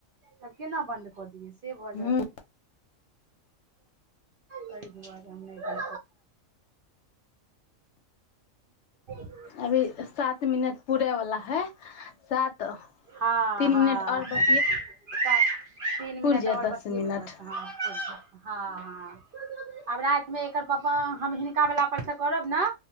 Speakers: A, on the right (about 55°); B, on the left (about 65°).
A: तब केना बन्द कऽ दिय से भऽ
B: हूँ
A: जाइ छै ब <inaudible> ब नहि कर <unintelligible> <inaudible>
B: अभी सात मिनट पूरे वालला है सात
A: हँ
B: तीन
A: हँ
B: मिनट आऔर ब
A: तीन मिनट
B: जायत
A: आओर
B: दस
A: बतबै
B: मिनट
A: बस ह हँ हँ आब रातिमे एकर पापा हिनका वला परसँ करब ने